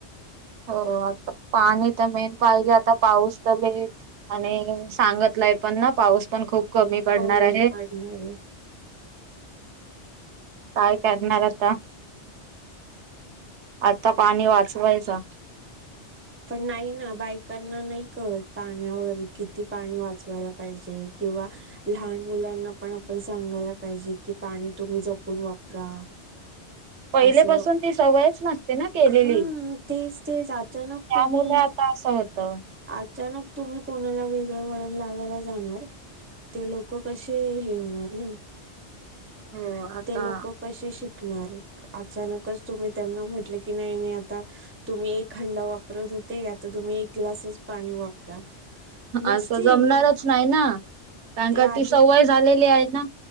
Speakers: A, on the right; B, on the right.
A: हो, आता पाणी तर मेन पाहिजे आता पाऊस तर लेट आणि सांगतलाय पण ना पाऊस पण खूप पडणार
B: कमी
A: आहे.
B: पडणारे.
A: काय करणार आता, आता पाणी वाचवायचा
B: पण नाही ना बायकांना नाही कत पाण्यावर किती पाणी वाचवायला पाहिजे किंवा लहान मुलांना पण आपण सांगायला पाहिजे कि पाणी तुम्ही जपून वापरा
A: <inaudible> पहिले
B: असं
A: पाासून ती सवयच नसते ना केलेली.
B: हा तेच तेच अचानक तुम्ही
A: मुलं आता असं आहेत.
B: अचानक तुम्ही कोणाला वेगळं वळण लावायला जाणार ते लोक कसे हे होणार ना
A: हो आता
B: ते लोक कसे शिकणार अचानकच तुम्ही त्यांना म्हटले की नाही नाही आता तुम्ही एक हंडा वापरत होते. आता तुम्ही एक ग्लासच पाणी वापरा. नसतील
A: असं जमणारच नाही ना कारण
B: ते
A: का
B: आधी
A: ती सवय झालेली आहे ना